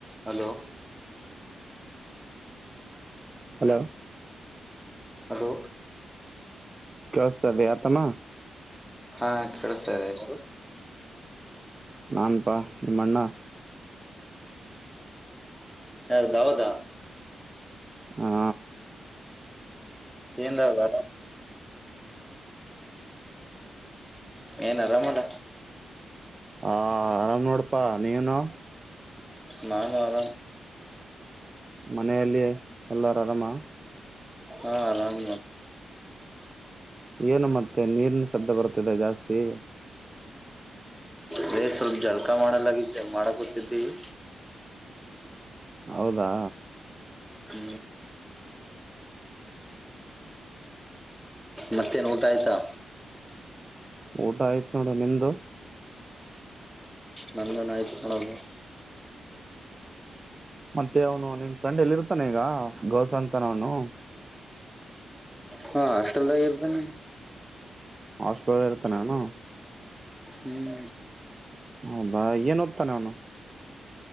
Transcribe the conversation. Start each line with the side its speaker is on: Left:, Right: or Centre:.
Centre: Hello
Right: hello
Centre: ಅದು
Right: ಕೆಳತದೆ ಆತಮ್ಮ
Centre: ಹಾ ಕೇಳತಾ ಇದೆ ಹೆರು
Right: ನನ್ಪಾ ನಿಮ್ಮಣ್ಣ
Centre: ಯಾರದ ಹೌದಾ
Right: ಹಾ
Centre: ಏನ್ವದು ಏನ ರಾಮಡ
Right: ಹ ಆರಾಮ್ ನೋಡಪ್ಪಾ ನೀವನು
Centre: ನಾ ನಾರ
Right: ಮನೆಯಲ್ಲಿ ಎಲ್ಲಾರ ಆರಾಮ
Centre: ಹಾ ಆರಾಮ
Right: ಏನು ಮತ್ತೆ ನೀರ್ನ ಶಬ್ದ ಬರ್ತದೆ ಜಾಸ್ತಿ
Centre: ಬೇ ಸ್ವಲ್ಪ ಜಲ್ಕಾ ಮಾಡಲಾಗಿದ್ದೆ ಮಾಡಕೂತಿದ್ದೀವಿ
Right: ಹೌದಾ
Centre: ಹ ಮತ್ತೇ ಊಟ ಆಯ್ತಾ
Right: ಊಟ ಆಯ್ತು ನೋಡ ನಿಮ್ದು
Centre: ನನ್ನ ನಾಯಕು ನ <inaudible> ೌ
Right: ಮತ್ತೆ ಅವನು ನಿಮ್ ಫ್ರೆಂಡ್ ಎಲ್ಲಿ ಇರ್ತಾನೆ ಈಗ ಗೌಸ ಅಂತಾನ ಅವನು
Centre: ಹಾ ಹಾಸ್ಟೆಲ್ದಾಗ ಇರ್ದ ನ
Right: ಹಾಸ್ಟೆಲಲ್ಲ ಇರುತ್ತೆ ನಾನು
Centre: ಹ್ಮ್
Right: ಹೌದಾ ಏನ ಹೊ್ತಾನೆ ಅವನು